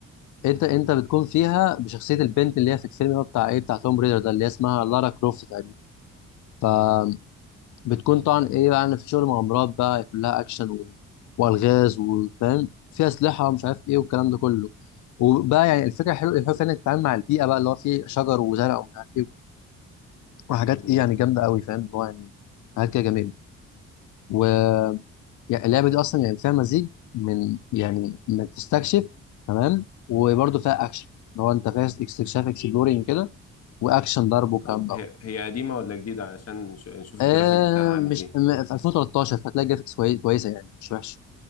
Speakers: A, on the left; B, on the left.
A: أنت انت بتكون فيها بشخصية البنت اللي هي في الفيلم هو بتاع إيه بتاع توم ريدر ده اللي هي اسمها لارا كروفت تقريبا فبتكون طبعا إيه يعني في شغل مغامرات بقى كلها أكشن و... وألغاز وفاهم فيها أسلحة ومش عارف إيه والكلام ده كله وبقى يعني الفكره حلوه الحلو فعلا انك تتعامل مع البيئه بقى اللي هو فيه شجر وزرع ومش عارف ايه وحاجات
B: مم.
A: ايه يعني جامده قوي فاهم اللي هو يعني حاجات كده جميله و يعني اللعبه دي اصلا يعني فيها مزيج من يعني انك تستكشف تمام وبرده فيها اكشن اللي هو انت فيها استكشاف اكسبلورينج كده واكشن ضرب والكلام
B: طب
A: دوت
B: هي هي قديمه ولا جديده علشان نش- نشوف
A: آه
B: الجرافيك بتاعها عامل
A: مش
B: ايه
A: م- في 2013 فتلاقي جرافيكس كوي- كويسه يعني مش وحشه